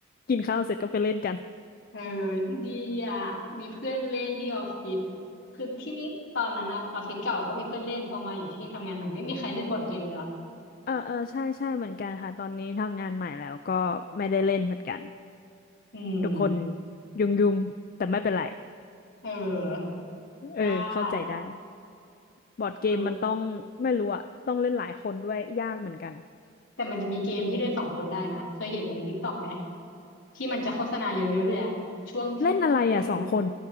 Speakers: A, on the left; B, on the left.
A: กินข้าวเสร็จก็ไปเล่นกัน
B: เออดีดีอ่ะมีเพื่อนเล่นที่ออฟฟิศคือที่นี่ตอนนั้นอะออฟฟิศเก่าก็มีเพื่อนเล่นพอมาอยู่ที่ทำงานใหม่ไม่มีใครเล่นบอร์ดเกมเลยอะ
A: เออเออใช่ใช่เหมือนกันค่ะตอนนี้ทำงานใหม่แล้วก็ไม่ได้เล่นเหมือนกัน
B: อืม
A: ทุกคนยุ่งยุ่งแต่ไม่เป็นไร
B: เออ
A: เออเข้าใจได้
B: ได้
A: บอร์ดเกมมันต้องไม่รู้อะต้องเล่นหลายคนด้วยยากเหมือนกัน
B: เออ แต่มันจะมีเกมที่เล่นสองคนได้นะ เคยเห็นในติกต็อกไหมที่มันจะโฆษณาเยอะๆเลยอะช่วงช่วงช่วงเนี้ย
A: เล่นอะไรอะสองคน